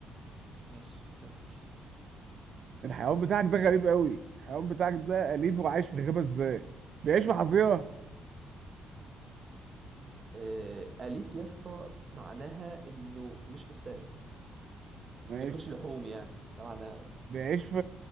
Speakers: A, on the right (about 40°); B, on the right (about 55°).
A: ماشي كمل
B: الحيوان بتاعك ده غريب قوي الحيوان بتاعك ده اليف وعايش في غابه ازاي بيعيش في حظيره
A: آه اليف يا اسطى معناها انه مش مفترس
B: ماشي
A: بياكلش لحوم يعني ده معناها أصلاً.
B: بيعيش في